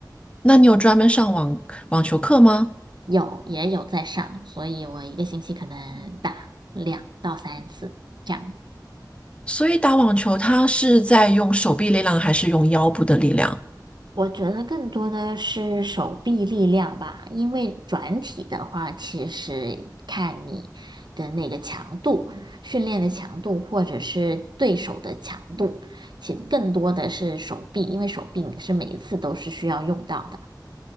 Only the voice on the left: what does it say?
那你有专门上网网球课吗？
所以打网球，它是在用手臂力量还是用腰部的力量？